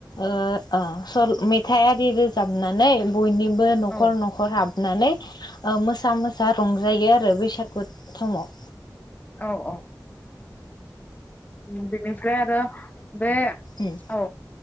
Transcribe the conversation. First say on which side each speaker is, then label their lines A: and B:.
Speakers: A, on the left; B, on the left.
A: ओ ओ सल मेथाइ आरि रोजाबनानै बयनिबो बो नखर
B: औ
A: नखर हाबो। नानै ओ मोसा मोसा रंजायो आरो। आरो बैसागु थमाव।
B: औ औ। उम बेनिफ्राय आरो बे
A: उम
B: औ।